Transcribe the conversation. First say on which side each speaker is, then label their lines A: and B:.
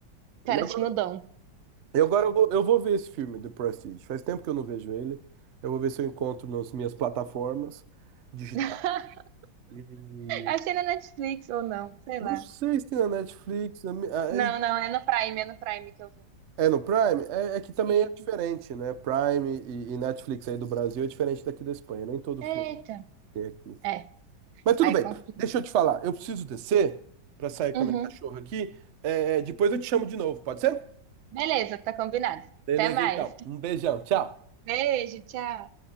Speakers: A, on the right; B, on the right.
A: O cara
B: E agora
A: tinha o dom.
B: e agora eu vou, eu vou ver esse filme, The Prestige. Faz tempo que eu não vejo ele. Eu vou ver se eu encontro nas minhas plataformas digitais.
A: <laughs>
B: E
A: Achei na Netflix ou não, sei
B: não
A: lá.
B: sei se tem na Netflix. na mi- aí-
A: Não, não, é no Prime, é no Prime que eu vi.
B: É no Prime? É, é que também
A: Isso.
B: é diferente, né? Prime e, e Netflix aí do Brasil é diferente daqui da Espanha. Nem todo
A: Eita.
B: filme tem aqui.
A: É,
B: Mas tudo
A: aí
B: bem,
A: complica.
B: deixa eu te falar. Eu preciso descer para sair com
A: Uhum.
B: a minha cachorra aqui. É, depois eu te chamo de novo, pode ser?
A: Beleza, tá combinado.
B: Beleza,
A: Até mais.
B: então. Um beijão, tchau.
A: Beijo, tchau.